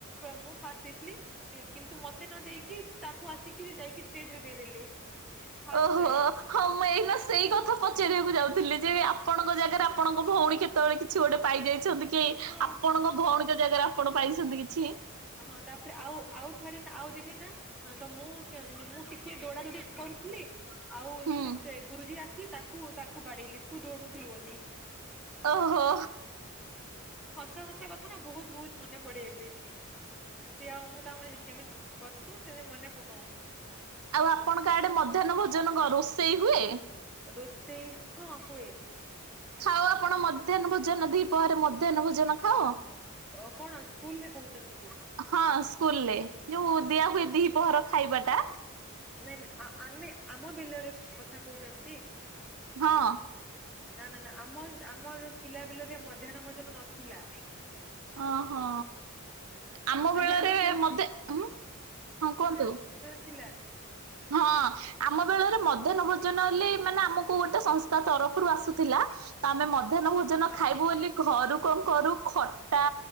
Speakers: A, in the centre; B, on the right.
A: ମୁଁ ଫାଷ୍ଟ ହେଇଥିଲି କିନ୍ତୁ ମତେ ନ ଦେଇକି ତାକୁ ଆସିକି ଯାଇକି ଷ୍ଟେଜରେ ଦେଇଦେଲେ। ଫାଷ୍ଟ
B: ଓ
A: ପ୍ରାଇଜ
B: ହଉ ମୁଁ ଏଇନା ସେଇ କଥା ପଚାରିବାକୁ ଯାଉଥିଲି। ଯେବେ ଆପଣଙ୍କ ଜାଗାରେ ଆପଣଙ୍କ ଭଉଣୀ କେତେବେଳେ କିଛି ଗୋଟେ ପାଇଯାଏ ଛନ୍ତି କି?
A: ହଁ
B: ଆପଣଙ୍କ
A: ହଁ
B: ଭଉଣୀ ଜାଗାର ଆପଣ ପାଇଛନ୍ତି କିଛି?
A: ହଁ ତାପରେ ଆଉ ଆଉ ଥରେ ନା ଆଉ ଦିନେ ନା ତ ମୁଁ ମୁଁ ଟିକେ ଦୌଡ଼ା ଦୌଡି କରୁଥିଲି ଆଉ
B: ହୁଁ।
A: ସେ ସେ ଗୁରୁଜୀ ଆସ ଥିଲି ତାକୁ ତାକୁ ବାଡେଇଲି ତୁ ଦୌଡୁଥିଲୁ ବୋଲି।
B: ଓହୋ।
A: ତାଙ୍କ ସେ କଥା ନା ବହୁତ ବହୁତ ମନେ ପଡେ ଏବେ। ସେ ଆଉ ମୁଁ ତୁମେ କିମିତି ବସ ଖୁସିରେ ମନେ ପକଉ।
B: ଆଉ ଆପଣଙ୍କ ଆଡେ ମଧ୍ୟାହ୍ନ ଭୋଜନ କଣ ରୋଷେଇ ହୁଏ?
A: ରୋଷଇ ହଁ ହୁଏ।
B: ଖାଅ ଆପଣ ମଧ୍ୟାହ୍ନ ଭୋଜନ ଦିପହରେ ମଧ୍ୟାହ୍ନ ଭୋଜନ ଖାଅ।
A: ଅ କଣ ସ୍କୁଲ ରେ କହୁଛନ୍ତି କି?
B: ହଁ ସ୍କୁଲରେ ଯୋଉ ଦିଆ
A: ଉଁ
B: ହୁଏ ଦି ପହର ଖାଇବା ତା
A: ନାଇଁ ନାଇଁ ଆମେ ଆମ ବିଲରେ କଥା କହୁଛନ୍ତି?
B: ହଁ
A: ନା ନା ନା ଆମ ଆମର ପିଲା ବିଲରେ ମଧ୍ୟାହନ ଭୋଜନ ନଥିଲା
B: ଓ ହଁ ଆମ
A: ଖାଲି
B: ବେଳରେ
A: ଆମେ ଯୋଉ
B: ମତେ ହୁଁ ହଁ କୁହନ୍ତୁ।
A: ପିଲା।
B: ହଁ। ଆମ ବେଳରେ ମଧ୍ୟାହ୍ନ ଭୋଜନ ହେଲେ ମାନେ ଆମକୁ ଗୋଟେ ସଂସ୍ଥା ତରଫରୁ ଆସୁଥିଲା ତ ଆମେ ମଧ୍ୟ ମଧ୍ୟାହ୍ନ ଭୋଜନ
A: ଓହୋ
B: ଖାଇବୁ ବୋଳି ଘରୁ କଣ କରୁ ଖଟା